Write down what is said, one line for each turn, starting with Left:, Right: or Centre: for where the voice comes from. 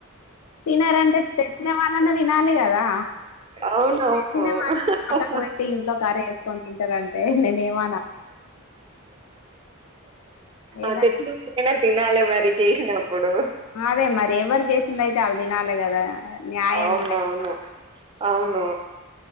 Left: తినారంటే తెచ్చిన వాళ్ళన్నా తినాలి కదా
Right: అవునవును
Left: తిన వాళ్ళ పక్కన పెట్టి ఇంట్లో కర్రీ వేసుకొని తింటారంటే నేనే ఏమ ఏదన్నా
Right: <inaudible> తినాలి మరి చేసినప్పుడు
Left: అదే మరి ఎవరు చేసింద అయితే వాళ్ళ తినాలి కదా న్యాయంగా
Right: అవునవును అవును